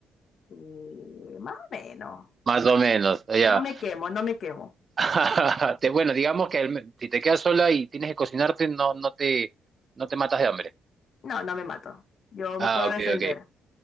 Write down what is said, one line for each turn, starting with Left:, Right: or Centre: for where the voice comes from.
Left: Y más o menos.
Right: Más o menos, ya.
Left: No me quemo, no me quemo.
Right: <laughs> Te- Bueno, digamos que el- si te quedas sola y tienes que cocinarte, no, no te, no te matas de hambre.
Left: No, no me mato. Yo me
Right: Ah,
Left: puedo
Right: ok,
Left: defender.
Right: ok.